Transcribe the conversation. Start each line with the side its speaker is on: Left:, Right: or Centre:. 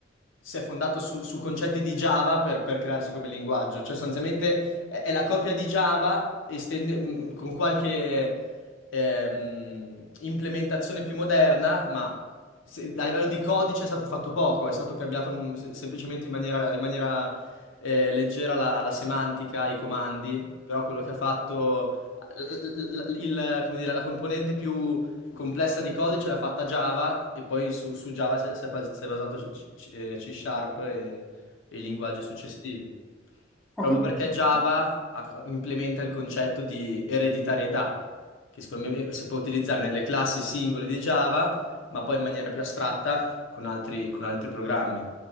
Left: si è fondato su, su concetti di Java per, per crearsi come linguaggio, cioè sostanzialmente è, è la copia di Java estende- mh, con qualche ehm, implementazione più moderna, ma se- a livello di codice è stato fatto poco, è stato cambiato mh, se- semplicemente in maniera, in maniera, eh, leggera la la semantica, i comandi, però quello che ha fatto l- l- l- il, come dire, la componente più complessa di codice l'ha fatta Java e poi su, su Java si è, si è bas- si è basato C, C- eh, C Sharp e, e i linguaggi successivi.
Centre: Ho
Left: Proprio
Centre: capito.
Left: perché Java
Centre: Ci-
Left: ha- implementa il concetto di ereditarietà, che si può, si può utilizzare nelle classi singole di Java, ma poi in maniera più astratta con altri, con altri programmi,